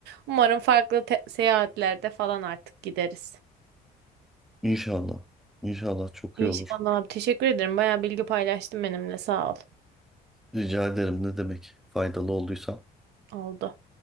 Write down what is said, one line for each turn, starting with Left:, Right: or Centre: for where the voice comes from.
Right: Umarım farklı te- seyahatlerde falan artık gideriz.
Centre: İnşallah. İnşallah çok
Right: İnşallah
Centre: iyi olur.
Right: abi. Teşekkür ederim. Bayağı bilgi paylaştın benimle. Sağ ol.
Centre: Rica ederim ne demek faydalı olduysam.
Right: Oldu.